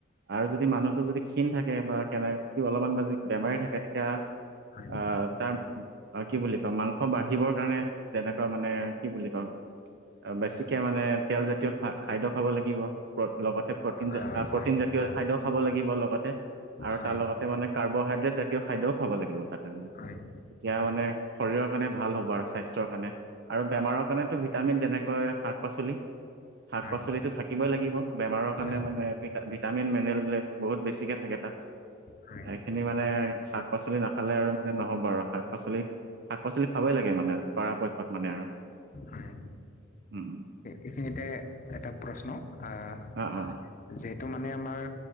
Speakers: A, on the right; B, on the left.
A: আৰু যদি মানুহতটো যদি ক্ষীণ থাকে বা কেনে অলপমান বেমাৰী থাকে তেতিয়া।
B: হয়
A: অ তাৰ। আৰু কি বুলি কম মাংস বাঢ়িবৰ কাৰণে যেনেকুৱা মানে কি বুলি কম। বেছিকে মানে তেলজাতীয় খা খাদ্য খাব লাগিব। লগতে প্ৰটিন
B: আহ,
A: প্ৰটিন
B: হয়
A: জাতীয়
B: হয়
A: খাদ্য খাব লাগিব লগতে আৰু
B: হয়
A: তাৰ লগত। মানে কাৰ্বহাইড্ৰেট জাতীয় খাদ্যও খাব লাগিব তাতে। মানে
B: হয়।
A: তেতিয়া মানে শৰীৰৰ কাৰণে ভাল হ'ব আৰু স্বাস্থ্যৰ কাৰণে। আৰু বেমাৰৰ কাৰণটো ভিটামিন যেনেকৈ শাক পাচলি। শাক
B: হয়
A: পাচলিটো থাকিবই লাগিব বেমাৰৰ
B: হয়
A: কাৰণে মানে ভি ভিটামিন মিনাৰেল বিলাক বহুত বেছিকৈ থাকে তাত।
B: হয়
A: এইখিনি মানে শাক পাচলি নাখালে আৰু মানে নহ'ব আৰু শাক পাচলি। শাক পাচলি খাবই লাগে মানে পৰাপক্ষত মানে আৰু
B: হয়
A: উম।
B: এইখিনিতে এটা প্ৰশ্ন আহ
A: অ অ
B: যিহেতু মানে আমাৰ।